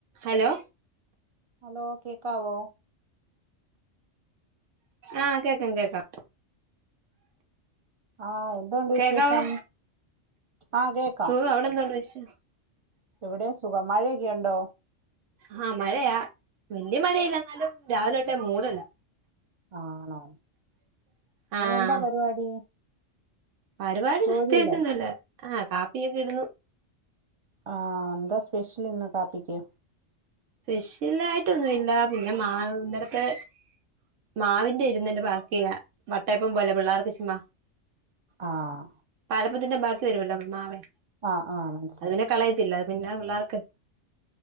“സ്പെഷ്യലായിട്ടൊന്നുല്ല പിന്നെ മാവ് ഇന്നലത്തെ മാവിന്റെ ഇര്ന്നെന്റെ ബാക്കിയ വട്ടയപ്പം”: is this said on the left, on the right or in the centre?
Right